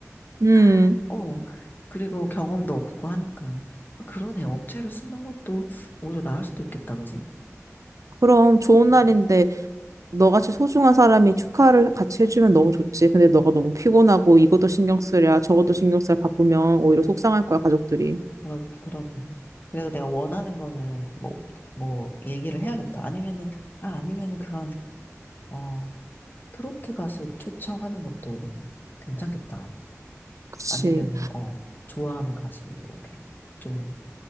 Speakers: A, on the right; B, on the left.
A: 음,
B: <laughs> 어, 그리고 경험도 없고 하니까. 아, 그러네. 업체를 쓰는 것도 오히려 나을 수도 있겠다, 그지?
A: 그럼 좋은
B: 음.
A: 날인데 너같이 소중한 사람이 축하를 같이 해주면 너무 좋지. 근데 너가 너무 피곤하고 이것도 신경 쓰랴 저것도 신경 쓰랴 바쁘면 오히려 속상할 거야, 가족들이.
B: 그러, 그러게요. 그래서 내가 원하는 거는 뭐, 뭐, 얘기를 해야겠다. 아니면은, 아, 아니면은 그런, 어, 트로트 가수 초청하는 것도 괜찮겠다.
A: 그치.
B: 아니면은, 어, 좋아하는 가수, 이렇게 좀,